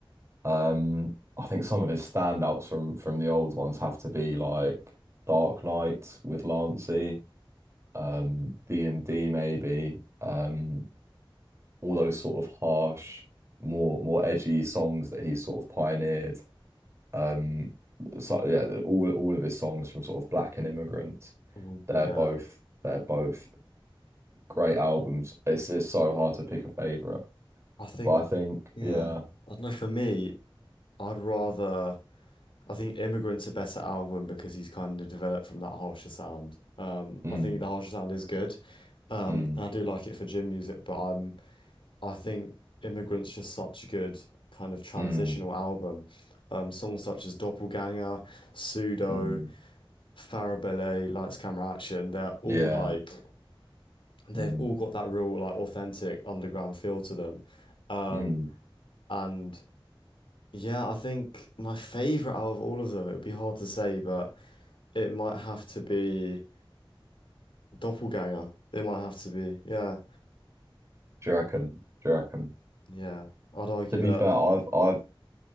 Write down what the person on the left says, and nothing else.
Oh
yeah,
I think
yeah.
I don't know. For me, I'd rather I think Immigrant's a better album because he's kind of developed from that harsher sound. Um,
I think the harsher sound is good. Um,
I do like it for gym music, but I'm I think Immigrant's just such a good kind of transitional
album. Um, songs such as Doppelganger, Pseudo,
Farabelle, Lights, Camera, Action, they're all
like, they've
all got that real like authentic underground feel to them. Um,
and yeah, I think my favorite out of all of them, it would be hard to say, but it might have to be Doppelganger. It might have to be, yeah,
yeah. I'd argue
that.